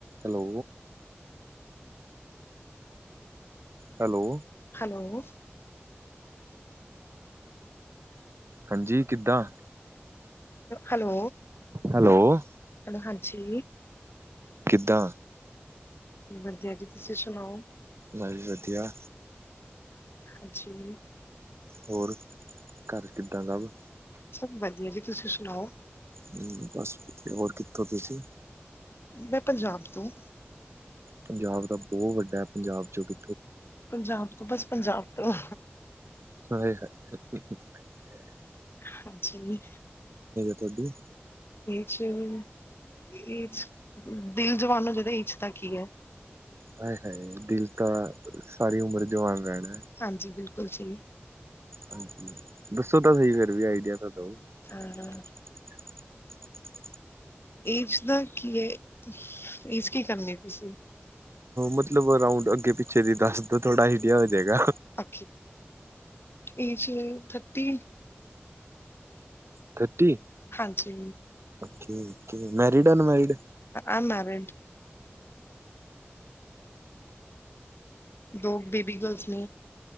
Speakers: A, on the right (about 75°); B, on the left (about 60°).
A: ਹੈਲੋ ਹੈਲੋ,
B: ਹੈਲੋ,
A: ਹਾਂਜੀ, ਕਿੱਦਾਂ?
B: ਹੈਲੋ
A: ਹੈਲੋ
B: ਹੈਲੋ ਹਾਂਜੀ
A: ਕਿਦਾ,
B: ਵਧੀਆ ਜੀ, ਤੁਸੀਂ ਸੁਣਾਓ?
A: ਮੈਂ ਵੀ ਵਧੀਆ,
B: ਅੱਛਾ ਜੀ,
A: ਹੋਰ, ਘਰ ਕਿੱਦਾਂ ਸਭ?
B: ਸਭ ਵਧੀਆ ਜੀ, ਤੁਸੀਂ ਸੁਣਾਓ?
A: ਹੂੰ, ਬਸ ਵਧੀਆ, ਹੋਰ ਕਿੱਥੋਂ ਤੁਸੀਂ?
B: ਮੈਂ ਪੰਜਾਬ ਤੋਂ,
A: ਪੰਜਾਬ ਦਾ ਬਹੁਤ ਵੱਡਾ ਪੰਜਾਬ ਚ ਕਿ
B: ਪੰਜਾਬ ਤੋਂ ਬਸ ਪੰਜਾਬ ਤੋਂ,
A: ਹ
B: ਹਾਂਜੀ,
A: ਤੁਹਾਡੀ,
B: ਏਜ ਇਹ ਦਿਲ ਜਵਾਨ ਹੋਣਾ ਚਾਹੀਦਾ ਏਜ ਦਾ ਕੀ ਐ।
A: ਹਾਏ-ਹਾਏ ਦਿਲ ਤਾਂ ਸਾਰੀ ਉਮਰ ਜਵਾਨ ਰਹਿਣ,
B: ਹਾਂਜੀ ਬਿਲਕੁਲ ਜੀ,
A: ਹਾਂਜੀ ਦੱਸੋ, ਤਾਂ ਸਹੀ ਫੇਰ ਵੀ ਆਈਡੀਆ ਤਾਂ। ਦੋ।
B: ਹੂੰ,
A: <inaudible>
B: ਏਜ ਦਾ ਕੀ ਹੈ, ਏਜ ਕੀ ਕਰਨੀ ਤੁਸੀ
A: ਮਤਲਬ ਰਾਊਂਡ ਅੱਗੇ ਪਿੱਛੇ ਦੀ ਦੱਸ ਦੋ ਥੋੜਾ ਆਈਡੀਆ ਹੋ ਜਾਏਗਾ।
B: ਓ ਏਜ ਥਰਟੀ,
A: ਥਰਟੀ,
B: ਹਾਂਜੀ,
A: ਓ ਮੈਰਿਡ ਅਨਮੈਰਿਡ?
B: ਐਮ ਮੈਰਿਡ, ਦੋ ਬੇਬੀ ਗਰਲਸ ਨੇ।